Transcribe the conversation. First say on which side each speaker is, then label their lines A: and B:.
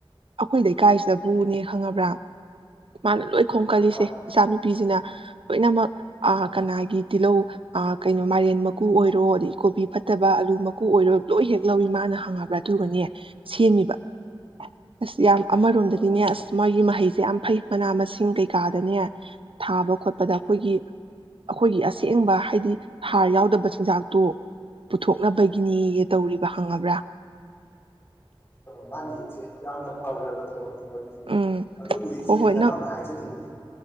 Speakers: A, on the right; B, on the left.
A: ꯑꯩꯈꯣꯏ ꯂꯩꯀꯥꯏꯁꯤꯗꯕꯨꯅꯦ ꯈꯪꯉꯕ꯭ꯔꯥ ꯃꯥꯅ ꯂꯣꯢ ꯈꯣꯝ ꯀꯜꯂꯤꯁꯦ
B: ꯃꯥꯅꯤ
A: ꯏꯆꯥ ꯅꯨꯨꯄꯤꯁꯤꯅ ꯂꯣꯏꯅꯃꯛ ꯑ ꯀꯅꯥꯒꯤ ꯇꯤꯜꯍꯧ ꯑꯥ ꯀꯩꯅꯣ ꯃꯥꯏꯔꯦꯟ ꯃꯀꯨ ꯑꯣꯏꯔꯣ ꯑꯗꯩ ꯀꯣꯕꯤ ꯐꯠꯇꯕ ꯑꯂꯨ ꯃꯀꯨ ꯑꯣꯏꯔꯣ ꯂꯣꯏ ꯍꯦꯛ ꯂꯧꯏ ꯃꯥꯅ ꯈꯪꯉꯕ꯭ꯔꯥ ꯑꯗꯨꯒꯅꯦ ꯁꯦꯝꯃꯤꯕ ꯑꯁ ꯌꯥꯝ ꯑꯃꯔꯣꯝꯗꯗꯤꯅꯦ
B: ꯏꯆꯦ
A: ꯑꯁ ꯃꯥꯒꯤ ꯃꯍꯩ ꯌꯥꯝ ꯐꯩ ꯃꯅꯥ ꯃꯁꯤꯡ ꯀꯩꯀꯥꯗꯅꯦ ꯊꯥꯕ ꯈꯣꯠꯄꯗ ꯑꯩꯈꯣꯏꯒꯤ ꯑꯩꯈꯣꯏꯒꯤ ꯑꯁꯦꯡꯕ ꯍꯥꯏꯗꯤ ꯍꯥꯔ ꯌꯥꯎꯗꯕ ꯆꯤꯟꯖꯥꯛꯇꯣ ꯄꯨꯊꯣꯛꯅꯕꯒꯤꯅꯦꯌꯦ ꯇꯧꯔꯤꯕ ꯈꯪꯉꯕ꯭ꯔꯥ?
B: ꯃꯥꯅꯤ ꯏꯆꯦ ꯌꯥꯝꯅ ꯐꯈ꯭ꯔꯕ ꯊꯕꯛꯅꯤ꯫ ꯃꯗꯨꯁꯨ
A: ꯎꯝ
B: ꯑꯗꯨꯕꯨ ꯏꯆꯦ
A: ꯍꯣꯏ ꯍꯣꯏ
B: ꯅꯅꯥꯎꯅ
A: ꯅꯪ
B: ꯍꯥꯏꯖꯅꯤꯡꯕꯗꯤ